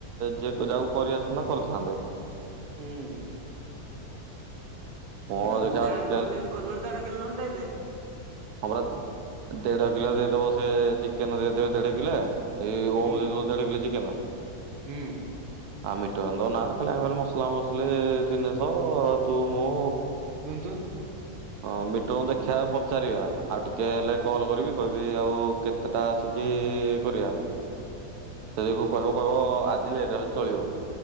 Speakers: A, on the right; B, on the right.
A: ଯେକ୍ ଯାହାକୁ କରିଆସିଥାନ୍ତା କରିଥାନ୍ତେ।
B: ହୁଁ।
A: ହଁ
B: ଜଦି
A: ଦେଖିଆ
B: ଯେ
A: ଆଉ
B: ଆଣିବୁ
A: ଟିକେ ହେଲେ
B: ବୋଲି ଏମିତି <unintelligible> ଦେଢ଼ କିଲୋ ନ ହେନେ ଦେଇ ଦେ।
A: ଆମର ଦେଢ କିଲ ଦେଇଦବ ସେ ଚିକେନ ଦେଇଦେବେ ଦେଢ କିଲେ। ଏଇ
B: ହୁଁ
A: ଓମ ଦେଇଦଉ ଦେଢ କିିଲେ ଚିକେନ।
B: ହୁଁ।
A: ଆଉ ମିଟ ନା ଖାଲି ଆମେ ଖାଲି ମସଲା ମସଲି ଦିନେଶ ତୁ ମୁଁ
B: ବୁନ୍ଦୁ।
A: ହଁ ମିଟନ ଦେ ଦେଖିବା ପଚାରିବା ଆଉ ଟିକେ ହେଲେ କଲ୍ କରିବି କହିବି ଆଉ କେତେଟା ଆସିକି କରିବା। ସେ ଦେଖିବୁ କହିବ କହିବ ଆଜିି ଲେଟ୍ ହେଲେ ଚଳିବ।